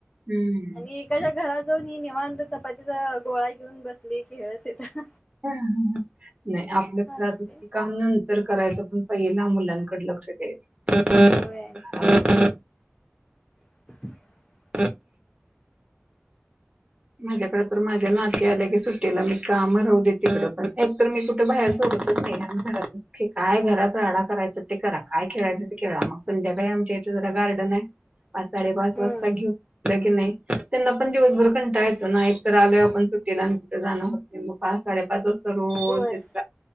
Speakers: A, on the right (about 30°); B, on the left (about 20°).
A: हम्म
B: आणि एकाच्या घरात जाऊन ही निवांत चपातीचा गोळा घेऊन बसले खेळत तिथ
A: नाही आपल्या घरात
B: असली
A: काम नंतर करायचं पण पहिला मुला मुलांनकड लक्ष द्यायचं
B: होय <inaudible>
A: <inaudible> माझ्याकडे तर माझ्या नाती आल्या की सुट्टीला मी कामच राहूदे तिकडं पण एक तर मी कुठे बाहेर सोडतच नाही काय घरात राडा करायच ते करा काय खेळायचं ते खेळा मग संध्याकाळी आमच्या इथे जरा गार्डन आहे पाच साडेपाच
B: हम्म
A: वाजता घेऊन की नाही त्यांना पण दिवसभर कंटाळा येतो ना एक तर आलोय आपण सुट्टीला आणि कुठं जाणं होत नाही मग पाच साडेपाच वाजता रोज
B: होय
A: इतका